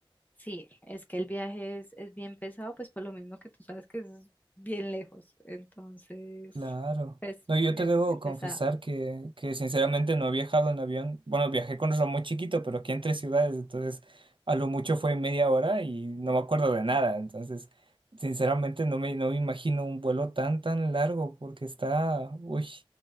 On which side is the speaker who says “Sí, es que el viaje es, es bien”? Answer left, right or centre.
Left